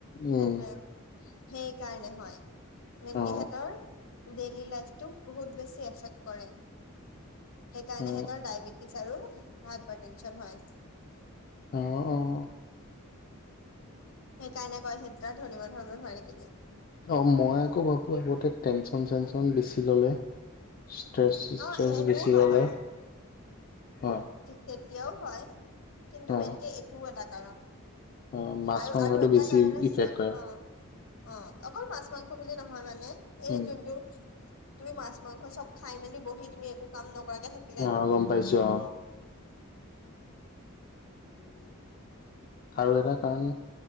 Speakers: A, on the left; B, on the left.
A: সেইটোৱে।
B: উম
A: সেইকাৰণে হয়, মেইনকে
B: অ
A: সেত'ৰ ডেইলি লাইফটো বহুত বেছি এফেক্ট কৰে, সেইকাৰণে
B: অ
A: সে <unintelligible>
B: অঁ, অঁ।
A: সেইকাৰণে কয় সেই <unintelligible>
B: অ', মই আকৌ ভাবো সিহঁতে টেনচন-চেনচন বেছিকে লয়। ষ্ট্ৰেছ-ষ্ট্ৰেছ
A: অ সেইটোও
B: বেছি
A: হয়
B: ল'লে
A: বাৰু
B: অ'।
A: তেতিয়াও হয়, কিন্তু
B: অ
A: মেইনকে এইটোও এটা কাৰণ।
B: অ মাছ
A: আৰু
B: মাংসটো
A: আৰু এটা
B: বেছি
A: কাৰণ আছে
B: ইফেক্ট কৰে
A: অ'। অ' অকল মাছ-মাংস বুলি নহয় মানে?
B: উম
A: এই যোনটো তুমি মাছ-মাংস চব খাই-মেলি বহি তুমি একো কাম নকৰাকে থাকিলে।
B: অ গম পাইছোঁ অ'।
A: <unintelligible>
B: <unintelligible> আৰু এটা কাৰণ